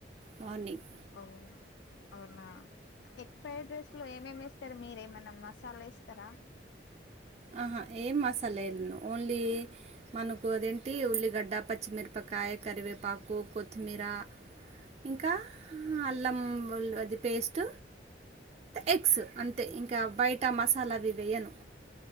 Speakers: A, on the right (about 35°); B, on the left (about 75°).
A: మార్నింగ్
B: ఓ అవునా ఎగ్ ఫ్రైడ్ రైస్లో ఏమేమి ఎస్తారు మీరు ఏమైనా మసాలా ఏస్తారా
A: ఆహా ఏం మసాల ఓన్లీ మనకు అదేంటి ఉల్లిగడ్డ పచ్చిమిర్ కాయ్ కరివేపాకు కొత్థమీర ఇంకా అల్లం అది పేస్ట్ ఎగ్స్ అంతే ఇంక బయట మసాలా అవి వేయను